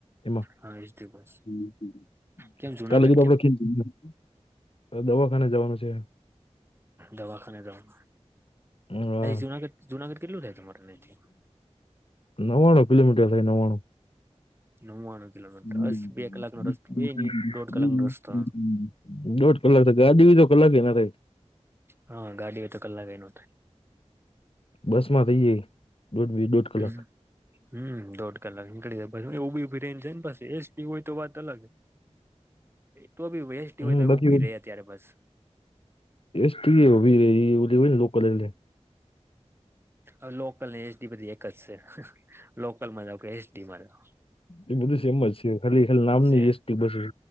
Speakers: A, on the left (about 50°); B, on the right (about 20°).
A: એમાં
B: હા એજ તે બસ
A: <inaudible>
B: કેમ જુનાગઢ
A: ક લ કે ત આપ
B: કેમ
A: કાલ દવાખાને જવાનું છે.
B: દવાખાને જવાનું
A: હા.
B: જુનાગઢ જુનાગઢ કેટલું થાય તમારે અહીંથી
A: નવાણુ કિલોમીટર થાય નવાણુ.
B: નવ્વાણું કિલોમીટર
A: હ
B: બસ બે કલાકનો
A: હ
B: રસ્તો
A: હ
B: બે
A: હ
B: નહી દોઢ
A: હમ
B: કલાકનો
A: હ હમ
B: રસ્તો
A: હમ દોઢ કલાક થી ગાડી ને બીજો કલાક એ ના થાય.
B: હા ગાડી એ તો કલાક એ ન થાય.
A: બસ માં બઈ જઈ દોઢ બે દોઢ
B: થાય
A: કલાક.
B: હમ દોઢ કલાક નીકળી જાય પછે ઉભી ઉભી રે ને છે ને પછી એસટી હોય તો વાત અલગ. તો ભી એસ્ટી
A: હમ
B: હોય તો
A: બાકી
B: ઉભી રે અત્યારે બસ.
A: એસટી બી ઉભી રે ઇ ઓલુ હેને લોકલ ને.
B: હવે લોકલ ને એસટી બધી એક જ છે લોકલમાં જાવ કે એસડી માં જાવ.
A: એ બધું સેમજ છે ખાલી ખાલી નામ ન
B: છે
A: એસટી બસ હે.